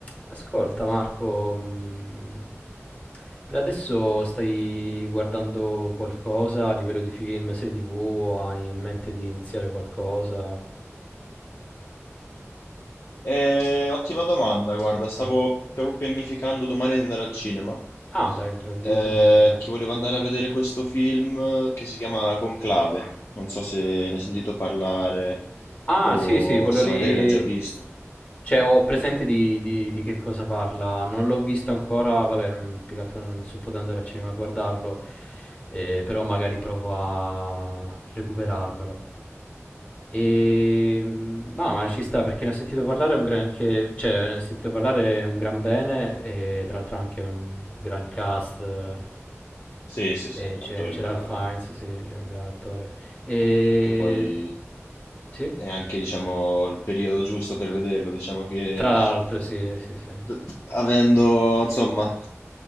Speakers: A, on the left; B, on the left.
A: Ascolta Marco, mm, per adesso stai guardando qualcosa a livello di film, serie TV, o hai in mente di iniziare qualcosa?
B: Eh, ottima domanda, guarda, stavo
A: Mm.
B: proprio pianificando domani di andare al cinema,
A: Ah, dai, proprio direttamente
B: eh,
A: al cinema.
B: che volevo andare a vedere questo film che si chiama Conclave, non so se ne hai sentito parlare
A: Ah,
B: o
A: sì, sì, quello
B: se
A: lì.
B: magari l'hai già visto.
A: Cioè, ho presente di, di- di che cosa parla. Non l'ho visto ancora. Vabbè, non- più che altro non sono potuto andare al cinema a guardarlo. eh, però magari provo a recuperarmelo. E, ma, ma ci sta perché ne ho sentito parlare un gran che- cioè, ne ho sentito parlare un gran bene e tra l'altro anche un gran cast. eh,
B: Sì, sì, sì,
A: e c'è,
B: attori
A: c'era
B: bravi.
A: Ralph Fiennes, sì, c'è un gran attore. E,
B: che poi
A: sì?
B: è anche, diciamo, il periodo giusto per vederlo. Diciamo che
A: Tra l'altro, sì, sì, sì.
B: d- avendo, insomma,